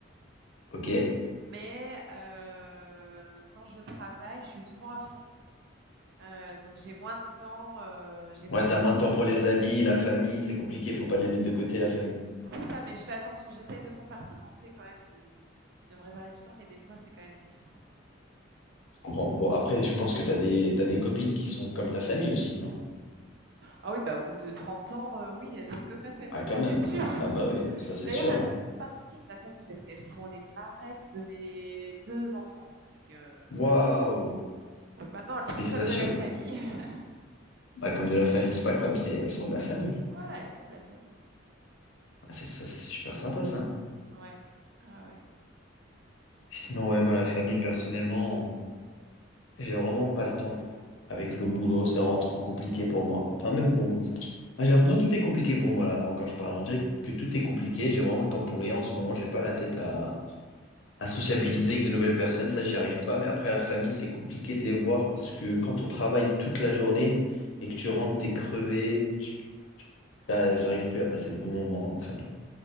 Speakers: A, on the left; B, on the right.
A: Ok.
B: Mais euh, quand je travaille, je suis souvent à fond. Heu, donc j'ai moins de temps, heu, j'ai moins
A: Ouais, t'as
B: de
A: moins
B: temps.
A: de temps pour les amis, la famille, c'est compliqué, faut pas les mettre de côté, la famille.
B: C'est ça, mais je fais attention, j'essaye de compartimenter quand même, de de me réserver du temps, mais des fois, c'est quand même difficile.
A: Je comprends. Bon, après, je pense que t'as des, t'as des copines qui sont comme ta famille aussi, non?
B: Ah oui, bah, au bout de 30 ans, heu, oui, elles sont comme ma famille,
A: Ah, quand
B: ça, c'est
A: même.
B: sûr. <laughs>
A: Ah bah oui, ça, c'est
B: D'ailleurs,
A: sûr,
B: elles
A: hein.
B: font partie de ma famille parce qu'elles sont les marraines de mes 2 enfants, donc heu,
A: Waouh!
B: donc maintenant elles sont
A: Félicitations.
B: comme de la famille. <laughs>
A: Bah, comme de la famille, c'est pas comme, c'est elles sont de la famille.
B: Voilà, elles sont de la famille.
A: Ah, c'est ça, c'est super sympa ça.
B: Ouais, Ah ouais,
A: Sinon,
B: donc voilà.
A: ouais, moi, la famille, personnellement, j'ai vraiment pas le temps. Avec le boulot, c'est vraiment trop compliqué pour moi. Enfin, même pour moi. Ah, J'ai l'impression que tout est compliqué pour moi, là, quand je parle. On dirait que tout est compliqué. J'ai vraiment le temps pour rien. En ce moment, j'ai pas la tête à, à sociabiliser avec de nouvelles personnes. Ça, j'y arrive pas. Mais après, la famille, c'est compliqué de les voir parce que quand on travaille toute la journée et que tu rentres, t'es crevé. Tu- Là, j'arrive plus à passer de bons moments en famille.